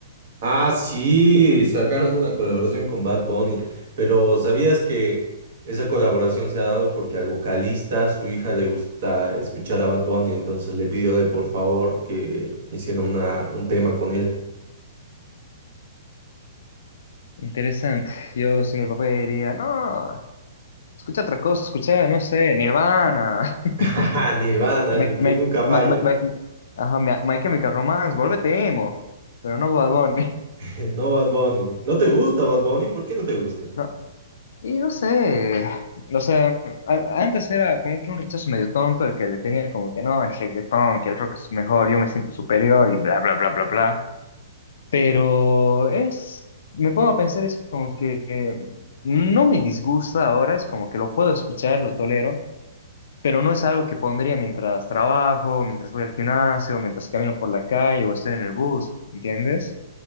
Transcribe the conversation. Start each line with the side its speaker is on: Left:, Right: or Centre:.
Right: Ah, sí,
Left: Eh,
Right: sacaron una colaboración con Bad Bunny, pero ¿sabías que esa colaboración se ha dado porque al vocalista, su hija le gusta escuchar a Bad Bunny, entonces le pidió de por favor que hiciera una, un tema con él.
Left: interesante. Yo siendo el papá diría, no, escucha otra cosa, escucha, no sé, Nirvana.
Right: <laughs> Ajá, Nirvana,
Left: <laughs> My,
Right: el
Left: My-
Right: que nunca
Left: My-
Right: falla.
Left: My- My- ajá, My, My Chemical Romance, vuélvete emo. Pero no Bad Bunny.
Right: <laughs> No Bad Bunny. ¿No te gusta Bad Bunny? ¿Por qué no te gusta?
Left: <laughs> Y no sé, o sea, a- antes era como que un rechazo medio tonto el que le tenía como que no, el reggaetón, que el rock es mejor, yo me siento superior y bla, bla, bla, bla, bla. Pero es, me pongo a pensar, es como que eh, no me disgusta ahora, es como que lo puedo escuchar, lo tolero, pero no es algo que pondría mientras trabajo, mientras voy al gimnasio, mientras camino por la calle o estoy en el bus, ¿entiendes?